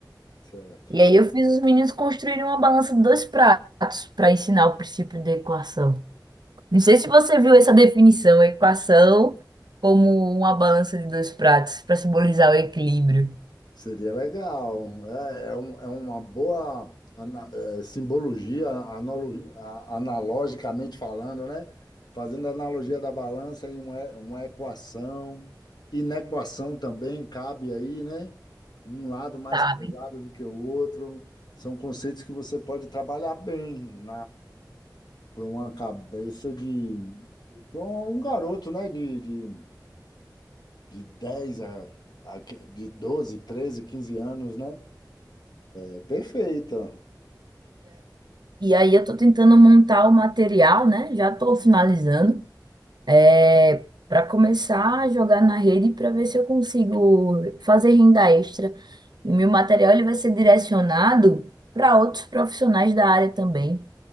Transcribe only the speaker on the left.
Certo.
Seria legal. É, é, um- é uma boa ana- é, simbologia, analo- a- analogicamente falando, né? Fazendo a analogia da balança em uma, e- uma equação. Inequação também cabe aí, né? Um lado mais
pesado do que o outro. São conceitos que você pode trabalhar bem para uma cabeça de para um um garoto, né, de, de, de 10 a, a que- de 12 13 15 anos, né? É perfeita.